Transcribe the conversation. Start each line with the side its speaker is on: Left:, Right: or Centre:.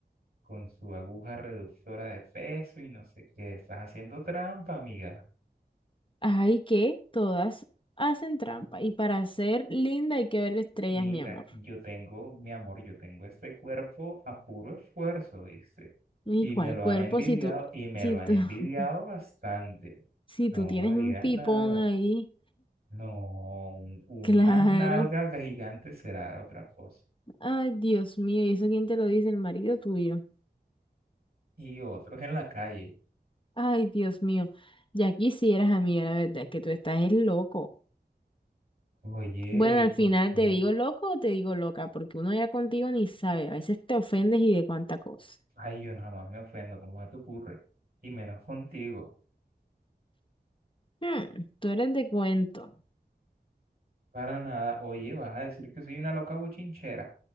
Right: con su aguja reductora de peso y no sé qué. Estás haciendo trampa, amiga.
Left: Ay, que todas hacen trampa. Y para ser linda hay que ver estrellas,
Right: Mira,
Left: mi amor.
Right: yo tengo, mi amor, yo tengo este cuerpo a puro esfuerzo, dice.
Left: ¿Y
Right: Y
Left: cuál
Right: me lo
Left: cuerpo
Right: han envidiado,
Left: si tú,
Right: y me
Left: si
Right: lo han
Left: tú,
Right: envidiado
Left: <laughs>
Right: bastante.
Left: si
Right: No
Left: tú tienes
Right: digas
Left: un pipón
Right: nada.
Left: ahí?
Right: No, un- una
Left: Claro.
Right: nalga gigante será otra cosa.
Left: Ay, Dios mío, ¿y eso quién te lo dice? El marido tuyo.
Right: Y otros en la calle.
Left: Ay, Dios mío, ya quisieras, amiga, la verdad es que tú estás es loco.
Right: Oye,
Left: Bueno, al final
Right: ¿por qué?
Left: te digo loco o te digo loca, porque uno ya contigo ni sabe, a veces te ofendes y de cuánta cosa.
Right: Ay, yo nada más me ofendo, ¿cómo se te ocurre? Y menos contigo.
Left: Hmm, tú eres de cuento,
Right: Para nada. Oye, ¿vas a decir que soy una loca bochinchera?